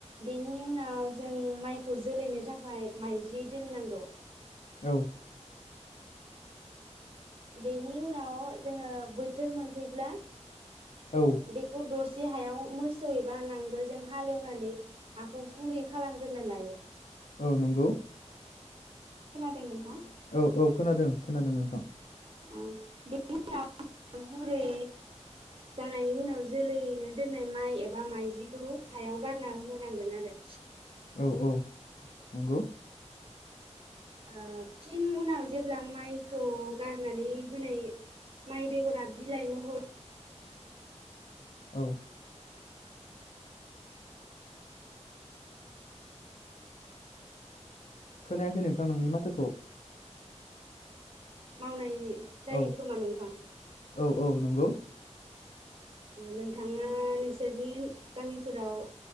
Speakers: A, on the right; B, on the left.
A: बेनि उनाव जों माइखौ जोलैनो थाखाय ओफ्राय माइज्लि दोननांगौ
B: औ
A: बेनि उनाव जोंङो बोथोर मोनफैब्ला
B: औ
A: बेखौ दसे जे हायाव मोसौ एबा नांगोलजों हालेवनानै हाखौ गुरै खालामग्रोना लायो
B: औ नंगौ
A: खोनांदों नोंथां?
B: औ औ खोनादों खोनादों नोंथां
A: औ बेनि उनाव बुरै जानायनि उनाव जोलैनो दोननाय माइ एबा माइद्लिखौ हायाव गारना होनांगोन आरो
B: औ औ नंगौ
A: ओ फिन उनाव जेब्ला माइखौ गारनानै होनाय माइ बेगरा बिलाइ महर
B: औ खोनायाखै नोंथां नोंनि माथोखौ
A: मावनाय जायो
B: औ
A: खोमा नोंथां
B: औ औ नंगौ
A: नोंथाङा नोंसोरनि गामिफोराव